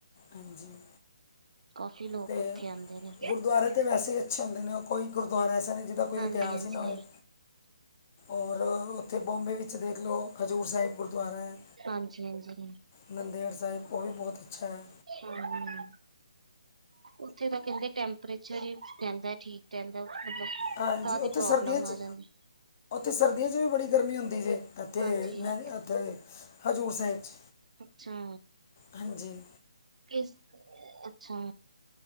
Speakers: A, on the left; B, on the right.
A: ਹਾਂਜੀ।
B: ਕਾਫੀ ਲੋਕ
A: ਅਤੇ
B: ਉੱਥੇ ਆਉਂਦੇ ਨੇ
A: ਗੁਰਦੁਆਰੇ ਤਾਂ, ਵੈਸੇ ਅੱਛੇ ਹੁੰਦੇ ਨੇ, ਕੋਈ ਗੁਰਦੁਆਰਾ ਐਸਾ ਨਹੀਂ, ਜਿਹਦਾ ਕੋਈ,
B: ਹਾਂਜੀ
A: ਇਤਿਹਾਸ
B: ਹਾਂਜੀ
A: ਹੀ ਨਾ ਹੋਏ। ਔਰ, ਉੱਥੇ ਬੋਂਬੇ ਵਿੱਚ ਦੇਖ ਲਓ, ਹਜ਼ੂਰ ਸਾਹਿਬ ਗੁਰਦੁਆਰਾ ਹੈ।
B: ਹਾਂਜੀ ਹਾਂਜੀ
A: ਨੰਦੇੜ ਸਾਹਿਬ, ਉਹ ਵੀ ਬਹੁਤ ਅੱਛਾ ਹੈ।
B: ਹਮ, ਉੱਥੇ ਤਾਂ ਕਹਿੰਦੇ, ਟੈਂਪਰੇਚਰ ਹੀ ਰਹਿੰਦਾ ਠੀਕ। ਕਹਿੰਦੇ, ਮਤਲਬ
A: ਹਾਂਜੀ
B: ਸਾਹ ਦੀ
A: ਉੱਥੇ
B: ਪ੍ਰੋਬਲਮ
A: ਸਰਦੀਆਂ 'ਚ
B: ਆ ਜਾਂਦੀ।
A: ਸਰਦੀਆਂ ਉੱਥੇ, ਵੀ ਬੜੀ ਗਰਮੀ ਹੁੰਦੀ ਜੇ। ਏਥੇ,
B: ਹਾਂਜੀ
A: ਨੈਨੀ, ਅਹ, ਉੱਥੇ ਹਜ਼ੂਰ ਸਾਹਿਬ ਚ,
B: ਅੱਛਾ
A: ਹਾਂਜੀ।
B: ਕਿਸ, ਅੱਛਾ।